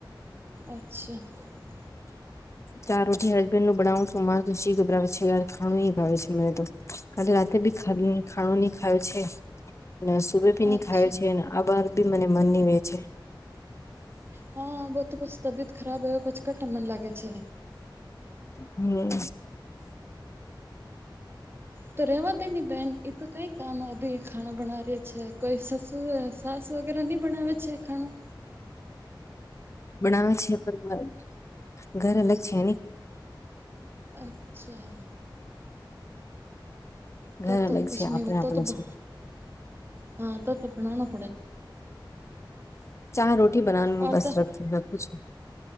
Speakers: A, on the right; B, on the left.
A: અચ્છા. <unintelligible>
B: ચાર રોટી હસબન્ડનું બનાવું છું, મારે તો જી ગબરાવે છે, યાર. ખાણું નઈ ભાવે છે, મને તો કાલી રાતે બી ખાણ ખાણું નહી ખાયો છે, ને આજ સુબ સુુબે બી ની
A: અચ્છા
B: ખાયો છે ને, આ અબાર બી મને મન ની વે છે.
A: હા, વાહ તો પછી તબિયત ખરાબ હ પ, છી કાંથી મન લાગે છે.
B: હમ્મ.
A: તો રેવા દે ની બેન, એતો કઈ કામ અભી ખાણા ભના રિયા છે. કોઈ સાસુ-સાસ વગેરે નહી બનાવે છે ખાણું.
B: બનાવે છે, પણ ઘર નથી ની.
A: અચ્છા. તતો
B: ઘર અલગ
A: કછ
B: છે આપણે
A: ન ત
B: આપણે
A: તો.
B: છે
A: <inaudible> હા, તો તો બનાવનો.
B: ચાર રોટી બનાવવાનું
A: ઓર
B: બસું
A: તો
B: છે.